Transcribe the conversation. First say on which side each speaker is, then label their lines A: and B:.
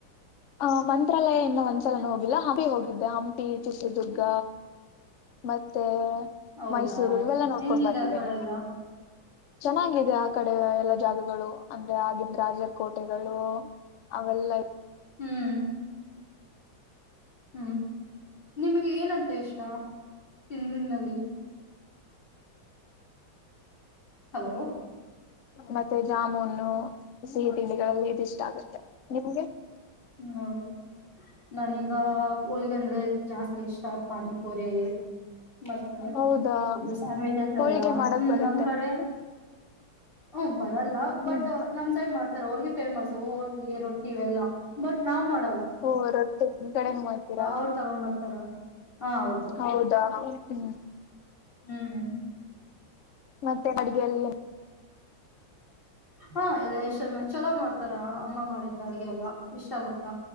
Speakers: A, on the left (about 70°); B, on the left (about 25°).
A: ಆ ಮಂತ್ರಾಲಯ ಇನ್ನೂ ಒಂದ್ಸಲನ ಹೋಗಿಲ್ಲ ಹಂಪಿ ಹೋಗಿದ್ದೆ ಹಂಪಿ ಚಿತ್ರದುರ್ಗ ಮತ್ತೆ
B: ಹೌದಾ
A: ಮೈಸೂರು ಇವೆಲ್ಲ ನೋಡ್ಕೊಂಡ
B: ಹೆಂಗಿದೆ
A: ಬಂದಿದ್ದೀನಿ
B: ಆ ಕಡೆ ಎಲ್ಲ
A: ಚೆನ್ನಾಗಿದೆ ಆ ಕಡೆ ಎಲ್ಲ ಜಾಗಗಳು ಅಂದ್ರೆ ಆಗಿಂದ ರಾಜರಕೋಟೆಗಳು ಅವೆಲ್ಲ
B: ಹ್ಮ್ ಹ್ಮ್ ನಿಮ್ಗೆ ಏನಂತ ಇಷ್ಟ ತಿದಿನಲ್ಲಿ ಹಲೋ
A: ಮತ್ತೆ ಜಾಮೂನು ಸಿಹಿ ತಿಂಡಿಗಳಲ್ಲಿ ಇದಿಷ್ಟ ಆಗುತ್ತೆ ನಿಮ್ಗೆ
B: ಹ್ಮ ಹೌದು ನಾನೀಗ ಹೋಳಗ ಅಂದ್ರೆ ಜಾಸ್ತಿ ಇಷ್ಟ ಪಾನಿಪುರಿ ಮತ್ತೆ
A: ಹೌದಾ
B: ಇದು ಸ್ಯಾಂಡ್ವಿಜ್ ಹತ್ರಲ್ಲ
A: ಹೋಳಿಗೆ ಮಾಡಕ್
B: ಹ್ಮ್
A: ಬರುತ್ತೆ
B: ನಮ್ ಕಡೆ
A: ನಿಮ್ಗೆ
B: ಹ ಬರಲ್ಲ ಬಟ್
A: ಹ್ಮ್
B: ನಮ್ ಸೈಡ್ ಮಾಡ್ತಾರ ಹೋಲ್ಗೆ ಫೇಮಸ್ ಹ ರೊಟ್ಟಿ ಇವೆಲ್ಲ ಬಟ್ ನಾವ್ ಮಾಡ
A: ಓ ರೊಟ್ಟೆ ನಿಮ್ ಕಡೆನು ಮಾಡ್ತೀರಾ
B: ಅವ್ರು ತಗೊಂಡ್ ಬರ್ತಾರ ಹಾ ಹೌದು
A: ಹೌದಾ ಹ್ಮ
B: ಹ್ಮ್
A: ಮತ್ತೆ ಅಡ್ಗೆಯಲ್ಲಿ
B: ಹಾ ಎಲ್ಲಾ ಎಷ್ಟ ಚಲೋ ಮಾಡ್ತಾರ ಅಮ್ಮ ಮಾಡಿದ್ದ ಅಡಗೆ ಎಲ್ಲಾ ಇಷ್ಟ ಆಗುತ್ತಾ